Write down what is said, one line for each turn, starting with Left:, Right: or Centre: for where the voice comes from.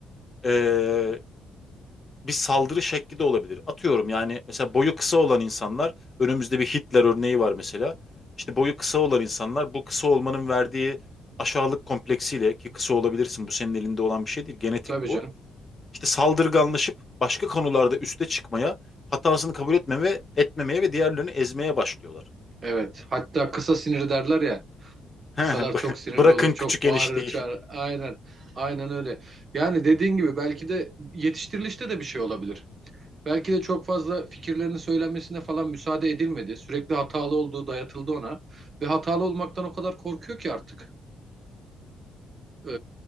Left: eee, bir saldırı şekli de olabilir. Atıyorum yani mesela boyu kısa olan insanlar önümüzde bir Hitler örneği var mesela. İşte boyu kısa olan insanlar bu kısa olmanın verdiği aşağılık kompleksiyle ki kısa olabilirsin bu senin elinde olan bir şey değil genetik
Right: Tabii
Left: bu.
Right: canım.
Left: İşte saldırganlaşıp başka konularda üste çıkmaya hatasını kabul etmeme, etmemeye ve diğerlerini ezmeye başlıyorlar.
Right: Evet. Hatta kısa sinir derler ya.
Left: He,
Right: Kısalar
Left: <laughs>
Right: çok sinirli
Left: Bırakın
Right: olur,
Left: küçük
Right: çok
Left: enişteyi.
Right: bağırır, çağırır. Aynen. Aynen öyle. Yani dediğin gibi belki de yetiştirilişte de bir şey olabilir. Belki de çok fazla fikirlerinin söylenmesine falan müsaade edilmedi. Sürekli hatalı olduğu dayatıldı ona. Ve hatalı olmaktan o kadar korkuyor ki artık. e,